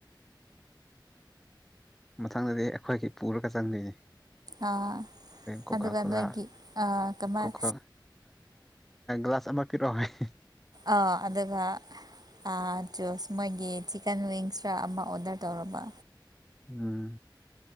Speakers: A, in the centre; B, on the right.
A: ꯃꯊꯪꯗꯗꯤ ꯑꯩꯈꯣꯏꯒꯤ ꯄꯨꯔꯒ ꯆꯪꯗꯣꯏꯅꯤ
B: ꯑꯥ
A: ꯀꯣꯀꯥ
B: ꯑꯗꯨꯒ
A: ꯀꯣꯂꯥ
B: ꯅꯣꯏꯒꯤ ꯀꯃꯥꯏ
A: ꯀꯣꯀꯥ ꯭ꯂꯥꯁ ꯑ ꯐꯔ ꯑꯣꯏꯍꯦ
B: ꯑ ꯑꯗꯨꯒ ꯑ ꯣꯁ ꯃꯣꯏꯒꯤ ꯆꯤꯛꯀꯟ ꯋꯤꯡꯁ ꯈ ꯑꯃ ꯑꯣꯗꯔ ꯇꯧꯔꯕ
A: ꯎꯝ